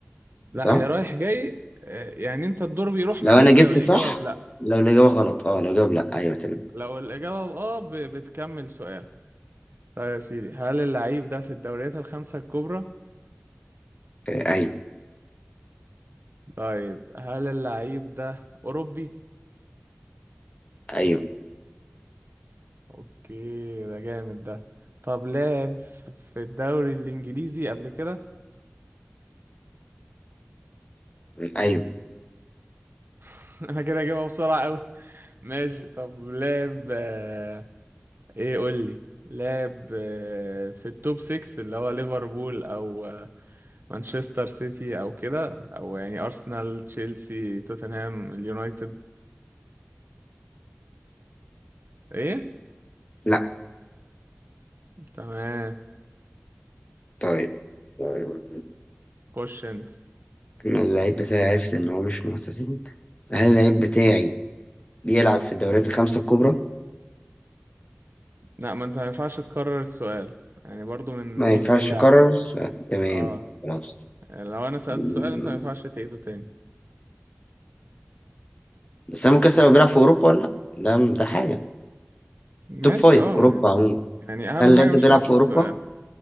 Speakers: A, on the right (about 65°); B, on the left (about 35°).
A: لأ
B: صح
A: هي رايح جاي آه يعني أنت الدور بيروح
B: لو
A: منك
B: انا جبت
A: لو الإجابة
B: صح
A: بلأ
B: لو الاجابه غلط اه لو جاوب لا ايوه تمام
A: لو الإجابة بآه ب- بتكمل سؤال طيب يا سيدي هل اللعيب ده في الدوريات الخمسة الكبرى؟
B: أه، ايوه
A: طيب هل اللعيب ده أوروبي؟
B: ايوه
A: أوكي ده جامد ده طب لعب ف- في الدوري الإنجليزي قبل كده؟
B: ايوه
A: <laughs> أنا كده هجيبها بسرعة أوي ماشي طب لعب آه، إيه قول لي لعب آه، في التوب 6 اللي هو ليفربول أو آه، مانشستر سيتي أو كده أو يعني أرسنال تشيلسي توتنهام اليونايتد إيه؟
B: لا
A: تمام
B: طيب طيب
A: خش انت
B: إنه اللعيب بتاعي عرفت إن هو مش ملتزم هل اللعيب بتاعي بيلعب في الدوريات الخمسة الكبرى؟
A: لا ما انت ما ينفعش تكرر السؤال يعني برضو من
B: ما
A: رولز
B: ينفعش
A: اللعبة
B: أكرر ف- تمام
A: اه
B: خلاص
A: يعني لو انا سألت
B: م-
A: سؤال انت ما ينفعش تعيده تاني
B: بس أنا ممكن أسأل هو بيلعب في أوروبا ولا لأ؟ ده ده حاجة
A: ماشي
B: توب فايف
A: اه
B: أوروبا
A: ما
B: عموما
A: يعني اهم
B: هل اللعيب
A: حاجة
B: ده
A: مش
B: بيلعب
A: نفس
B: في أوروبا؟
A: السؤال